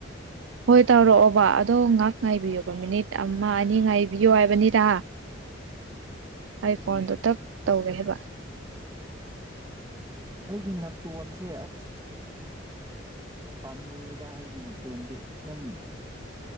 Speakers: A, on the right; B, on the right.
A: ꯍꯣꯏ ꯇꯧꯔꯛꯑꯣꯕ ꯑꯗꯣ ꯉꯥꯏꯍꯥꯛ ꯉꯥꯏꯕꯤꯌꯣꯕ ꯃꯤꯅꯤꯠ ꯑꯃ ꯑꯅꯤ ꯉꯥꯢꯕꯤꯌꯣ ꯍꯥꯢꯕꯅꯤꯗ ꯑꯩ
B: ꯎꯝ
A: ꯐꯣꯟꯗꯣ ꯇꯞ ꯇꯧꯔꯛꯑꯕ
B: ꯑꯩꯒꯤ ꯅꯥꯇꯣꯟꯁꯦ ꯑꯁ ꯄꯥꯝꯃꯨꯌꯦ ꯗꯥ ꯑꯩꯒꯤ ꯇꯣꯟꯗꯤ ꯌꯥꯝ